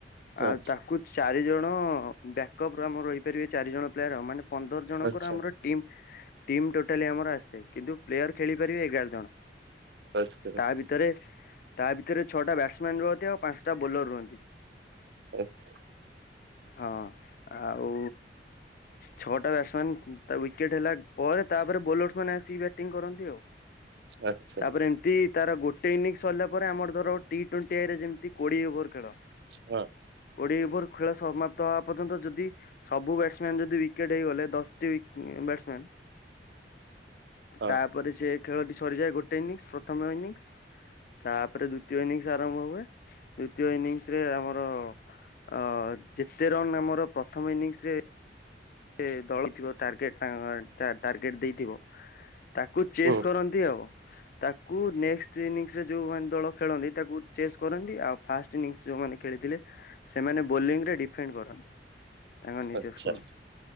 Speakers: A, on the right; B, on the left.
A: ହଁ
B: ଆଉ ତାକୁ ଚାରି ଜଣ ବ୍ୟାକ୍ ର ଆମର ରହିପାରିବେ ଚାରି ଜଣ ପ୍ଲେୟାର ଆ ମାନେ ପନ୍ଦର ଜଣଙ୍କର
A: ଆଚ୍ଛା
B: ଆମର ଟିମ୍ ଟିମ୍ ଟୋଟାଲି ଆମର ଆସେ କିନ୍ତୁ ପ୍ଲେୟାର ଖେଳି ପାରିବେ ଆମର ଏଗାର ଜଣ।
A: ଆଛା ଆଛା।
B: ତା ଭିତରେ ତା ଭିତରେ ଛଅଟା ବ୍ୟାଟସମ୍ୟାନ ରୁହନ୍ତି ଆଉ ପାଞ୍ଚଟା ବୋଲର ରୁହନ୍ତି।
A: ଆଛା।
B: ହଁ ଆଉ ଛଅଟା ବ୍ୟାଟମାନସ୍ ୱିକେଟ ହେଲା ପରେ ତାପରେ ବୋଲରସ୍ ମାନ ଆସିିକି ବ୍ୟାଟିଂ କରନ୍ତି ଆଉ।
A: ଆଚ୍ଛା
B: ତାପରେ
A: ଆଚ୍ଛା
B: ଏମିତି ତାର ଗୋଟେ ଇନିଂ ସରିଲା ଆମର ଧର ଟି ଟ୍ୱଣ୍ଟି ଆଇ ରେ ଯେମିତି କୋଡି ଓଭର ଖେଳ
A: ହଁ
B: କୋଡ଼ିଏ ଓଭର୍ ଖେଳ ସମାପ୍ତ ହବା ପର୍ଯ୍ୟନ୍ତ ଯଦି ସବୁ ବ୍ୟାଟସମ୍ୟାନ ଯଦି ୱିକେଟ ହେଇଗଲେ ଦଶଟି ବ୍ୟାଟସମ୍ୟାନ।
A: ହଁ
B: ତାପରେ ସେ ଖେଳଟି ସରିଯାଏ ଗୋଟେ ଇନିଂସ ପ୍ରଥମ ଇନିଂସ ତାପରେ ଦ୍ୱିତୀୟ ଇନିଙ୍ଗସ ଆରମ୍ଭ ହୁଏ। ଦ୍ଵିତୀୟ ଇନିଂସ ରେ ଆମର ଅ ଯେତେ ରନ୍ ଆମର ପ୍ରଥମ ଇନିଂସ ରେ ସେ ଦଳିଥିବ ଟାର୍ଗେଟ ଅ ତାଙ୍କ ଟାର୍ଗେଟ ଦେଇଥିବ ତାକ କୁ ଚେସ୍
A: ଓ
B: କରନ୍ତି ଆଉ। ତାକୁ ନେଷ୍ଟ ଇନିଙ୍ଗସ ଯୋଉ ମାନେ ଦଳ ଖେଳନ୍ତି ତାକୁ ଚେସ୍ କରନ୍ତି ଆଉ ଫାଷ୍ଟ ଇନିଙ୍ଗସ ଯୋଉମାନେ ଖେଳିଥିଲେ ସେମାନେ ବୋଲିଂ ରେ ଡିପେଣ୍ଡ କରନ୍ତି। ତାଙ୍କ ନିଜ
A: ଆଚ୍ଛା
B: ସ୍କୋର।